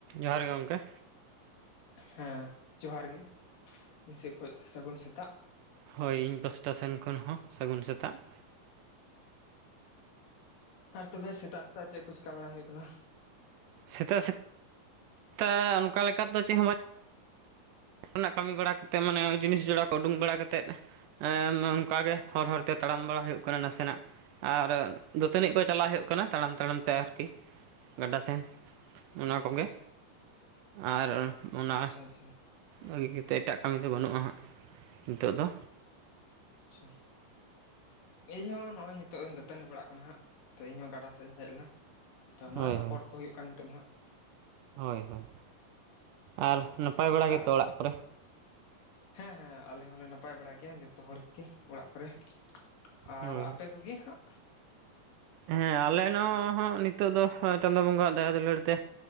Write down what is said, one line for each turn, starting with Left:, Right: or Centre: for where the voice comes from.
Right: ᱡᱚᱦᱟᱨ ᱜᱮ ᱜᱚᱢᱠᱮ
Left: ᱦᱮᱸ ᱡᱚᱦᱟᱨ ᱜᱮ ᱤᱧ ᱥᱮᱫ ᱠᱷᱚᱱ ᱥᱟᱹᱜᱩᱱ ᱥᱮᱛᱟᱜ
Right: ᱦᱳᱭ ᱤᱧ ᱯᱟᱥᱴᱟ ᱥᱮᱱ ᱠᱷᱚᱱ ᱦᱚᱸ ᱥᱟᱹᱜᱩᱱ ᱥᱮᱛᱟᱜᱼᱼ
Left: ᱟᱨ ᱛᱚᱵᱮ ᱥᱮᱛᱟᱜ ᱥᱮᱛᱟᱜ ᱪᱮᱫ ᱠᱚ ᱪᱤᱠᱟ ᱵᱟᱲᱟ ᱦᱩᱭᱩᱜ ᱠᱟᱱᱟ᱾
Right: ᱥᱮᱛᱟᱜ ᱥᱮᱛᱟᱜ ᱚᱱᱠᱟ ᱞᱮᱠᱟ ᱫᱚ ᱪᱮᱫ ᱦᱚᱸ ᱨᱮᱱᱟᱜ ᱠᱟᱹᱢᱤ ᱵᱟᱲᱟ ᱠᱟᱛᱮᱫ ᱢᱟᱱᱮ ᱡᱤᱱᱤᱥ ᱡᱚᱲᱟ ᱠᱚ ᱩᱰᱩᱠ ᱵᱟᱲᱟ ᱠᱟᱛᱮᱫ ᱚᱱᱠᱟᱟᱜ ᱜᱮ ᱦᱚᱨ ᱦᱚᱨᱛᱮ ᱛᱟᱲᱟᱢ ᱵᱟᱲᱟ ᱦᱩᱭᱩᱜ ᱠᱟᱱᱟ ᱱᱟᱥᱮᱱᱟᱜᱼᱼ ᱟᱨ ᱫᱟᱛᱟᱹᱱᱤᱡ ᱠᱚ ᱪᱟᱞᱟᱜ ᱦᱩᱭᱩᱜ ᱠᱟᱱᱟ ᱛᱟᱲᱟᱢ ᱛᱟᱲᱟᱢ ᱛᱮ ᱟᱨᱠᱤ ᱜᱟᱰᱟ ᱥᱮᱱᱼᱼ ᱚᱱᱟ
Left: ᱟᱪᱪᱷᱟ
Right: ᱠᱚᱜᱮ
Left: ᱟᱪᱪᱷᱟ
Right: ᱟᱨ ᱚᱱᱟ᱾
Left: ᱟᱪᱪᱷᱟ ᱟᱪᱪᱷᱟ
Right: ᱵᱟᱹᱜᱤ ᱠᱟᱛᱮᱫ ᱮᱴᱟᱜ ᱠᱟᱹᱢᱤ ᱫᱚ ᱵᱟᱹᱱᱩᱜᱼᱟ ᱦᱟᱸᱜ ᱱᱤᱛᱚᱜ ᱫᱚ
Left: ᱪᱷᱟ ᱤᱧᱦ ᱱᱚᱜ ᱚᱭ ᱱᱤᱛᱚᱜ ᱤᱧ ᱫᱟᱹᱛᱟᱹᱱᱤ ᱵᱟᱲᱟᱜ ᱠᱟᱱᱟ ᱦᱟᱸᱜ ᱛᱚ ᱤᱧᱦᱚᱸ ᱜᱟᱰᱟ ᱥᱮᱫ ᱤᱧ ᱦᱮᱡ ᱞᱮᱱᱟ᱾ ᱛᱚ ᱱᱚᱜᱼᱚᱭ
Right: ᱦᱳᱭ
Left: ᱨᱚᱯᱚᱲ
Right: ᱦᱳᱭ
Left: ᱠᱚ ᱦᱩᱭᱩᱜ ᱠᱟᱱ ᱱᱤᱛᱳᱜ ᱦᱟᱸᱜ
Right: ᱦᱳᱭ ᱦᱳᱭ ᱟᱨ ᱱᱟᱯᱟᱭ ᱵᱟᱲᱟ ᱜᱮᱛᱚ
Left: ᱟᱨ
Right: ᱚᱲᱟᱜ ᱠᱚᱨᱮᱼᱼ
Left: ᱦᱮᱸ ᱦᱮᱸ ᱟᱞᱮ ᱦᱚᱸᱞᱮ ᱱᱟᱯᱟᱭ ᱵᱟᱲᱟ ᱜᱮᱭᱟ ᱡᱚᱛᱚ ᱦᱚᱲ ᱜᱮ ᱚᱲᱟᱜ ᱠᱚᱨᱮᱼᱼ ᱟᱨ
Right: ᱦᱳᱭ
Left: ᱟᱯᱮ ᱠᱚᱜᱮ ᱦᱟᱸᱜ
Right: ᱦᱮᱸ ᱟᱞᱮ ᱱᱚ ᱱᱤᱛᱚᱜ ᱫᱚ ᱪᱟᱸᱫᱳ ᱵᱚᱸᱜᱟᱣᱜ ᱫᱟᱭᱟ ᱫᱩᱞᱟᱹᱲ ᱛᱮ